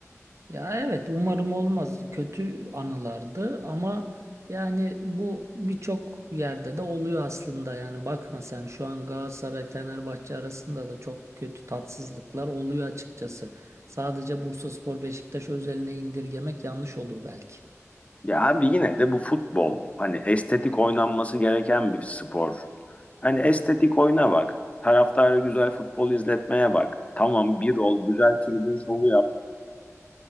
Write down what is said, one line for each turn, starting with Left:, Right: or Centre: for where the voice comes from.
Right: Ya evet umarım olmaz. Kötü anılardı ama yani bu birçok yerde de oluyor aslında yani bakma sen şu an Galatasaray Fenerbahçe arasında da çok kötü tatsızlıklar oluyor açıkçası. Sadece Bursaspor Beşiktaş özeline indirgemek yanlış olur belki.
Left: Ya abi yine de bu futbol hani estetik oynanması gereken bir spor. Hani estetik oyna bak. Taraftarı güzel futbol izletmeye bak. Tamam bir ol güzel tribün şovu yap.